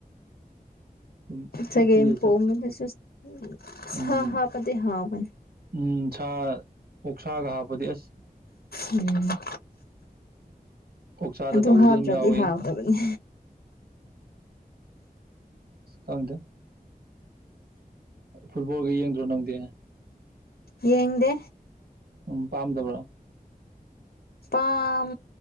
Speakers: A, on the right (about 85°); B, on the left (about 85°).
A: ꯑꯗꯨꯝ
B: ꯆꯒ‌ꯦꯝꯄꫭꯝꯕꯗꯁꯨ
A: ꯎꯇꯤ ꯑꯁꯪ
B: ꯁꯥ
A: ꯎꯝ
B: ꯍꯥꯞꯄꯗꯤ ꯍꯥꯥꯎꯕꯅꯤ
A: ꯎꯝ ꯁꯥ ꯑꯣꯁꯥꯒ ꯍꯥꯞꯄꯗꯤ ꯑꯁ
B: ꯎꯝ
A: ꯑꫭꯛꯁꯥꯗ
B: ꯑꯗꯨ
A: ꯇꯧꯕꯁꯨ
B: ꯍꯥꯞꯇ꯭ꯔꯗꯤ
A: ꯑꯗꯨꯝ ꯌꯥꯎꯏ
B: ꯍꯥꯎꯗꯕꯅꯤ
A: ꯈꯪꯗ‌ꯦ ꯐꯨꯠꯕꯣꯜꯒ ꯌꯦꯡꯗ꯭ꯔꯣ ꯅꯪꯗꯤ
B: ꯌꯦꯡꯗꯦ
A: ꯎꯝ ꯄꯥꯝꯗꯕ꯭ꯔꫭ
B: ꯄꯝ